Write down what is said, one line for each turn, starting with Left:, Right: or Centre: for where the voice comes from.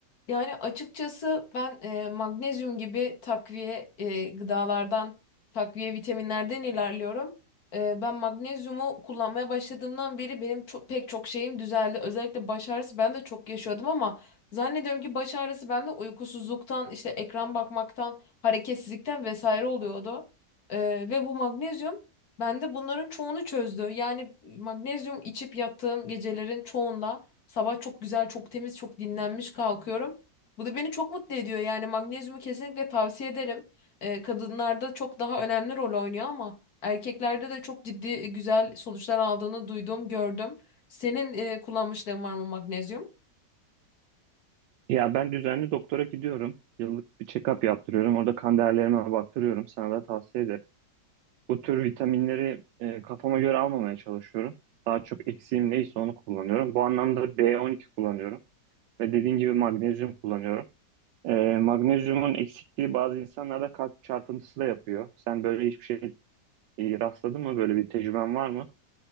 Left: Yani açıkçası ben e, magnezyum gibi takviye e, gıdalardan, takviye vitaminlerden ilerliyorum. E, ben magnezyumu kullanmaya başladığımdan beri benim çok, pek çok şeyim düzeldi. Özellikle baş ağrısı ben de çok yaşıyordum ama zannediyorum ki baş ağrısı bende uykusuzluktan, işte ekran bakmaktan, hareketsizlikten vesaire oluyordu. E, ve bu magnezyum bende bunların çoğunu çözdü. Yani magnezyum içip yattığım gecelerin çoğunda sabah çok güzel, çok temiz, çok dinlenmiş kalkıyorum. Bu da beni çok mutlu ediyor. Yani magnezyumu kesinlikle tavsiye ederim. Ee, kadınlarda çok daha önemli rol oynuyor ama erkeklerde de çok ciddi e, güzel sonuçlar aldığını duydum, gördüm. Senin e, kullanmışlığın var mı magnezyum?
Right: Ya ben düzenli doktora gidiyorum. Yıllık bir check-up yaptırıyorum. Orada kan değerlerime baktırıyorum. Sana da tavsiye ederim. Bu tür vitaminleri e, kafama göre almamaya çalışıyorum. Daha çok eksiğim neyse onu kullanıyorum. Bu anlamda B12 kullanıyorum. Ve dediğin gibi magnezyum kullanıyorum. E, magnezyumun eksikliği bazı insanlarda kalp çarpıntısı da yapıyor. Sen böyle hiçbir şey e, rastladın mı? Böyle bir tecrüben var mı?